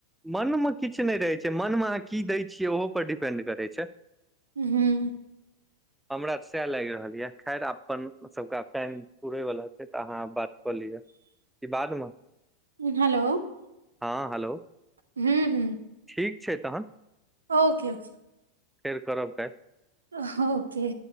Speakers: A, in the centre; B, on the right (about 70°).
A: मनमे किछ नहि रहै छै मनमे अहाँ की दै छियै ओहो पर डिपेंड करै छै
B: हूँ
A: हमरा तऽ सएह लागि रहल यऽ खैर अपन सबके अब टाइम पूुरै वला छै तऽ अहाँ बात कऽ लिअ कि बादमऽ
B: हेलो
A: हॅ हेलो
B: हूँ हूँ
A: ठीक छै तहन
B: ओके ओके
A: फेर करब कायल
B: ओके